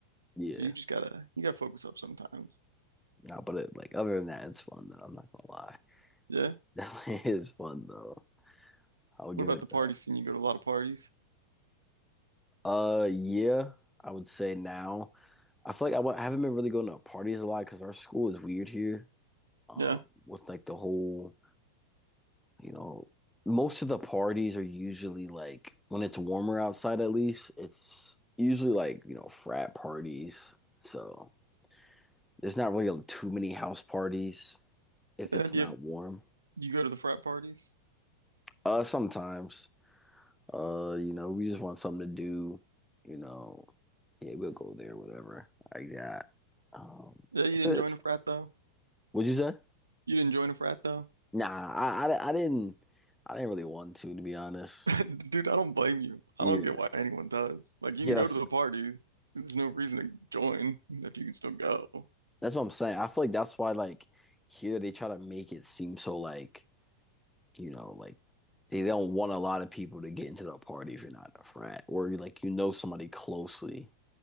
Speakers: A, in the centre; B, on the right (about 75°).
A: Yeah.
B: So you just gotta you gotta focus up sometimes.
A: No, but it, like other than that, it's fun though. I'm not gonna lie.
B: Yeah.
A: <laughs> Definitely is fun though. I'll give
B: What about
A: it
B: the parties?
A: that.
B: Can you go to a lot of parties?
A: Uh, yeah, I would say now. I feel like I w I haven't been really going to parties a lot because our school is weird here. Um,
B: Yeah.
A: with like the whole, you know, most of the parties are usually like when it's warmer outside, at least it's usually like, you know, frat parties. So there's not really too many house parties if
B: Uh,
A: it's
B: do
A: not
B: you,
A: warm.
B: do you go to the frat parties?
A: Uh, sometimes. Uh, you know, we just want something to do, you know. Yeah, we'll go there, whatever. I got. Um,
B: Yeah, you didn't
A: it's
B: join a
A: fun.
B: frat though.
A: What'd you say?
B: You didn't join a frat though.
A: Nah, I, I, I didn't, I didn't really want to, to be honest.
B: <laughs> Dude, I don't blame you. I
A: Yeah,
B: don't get why anyone does. Like, you
A: yeah,
B: can
A: that's
B: go to the parties. There's no reason to join if you can still go.
A: that's what I'm saying. I feel like that's why, like, here they try to make it seem so like, you know, like they don't want a lot of people to get into the party if you're not in a frat or you like you know somebody closely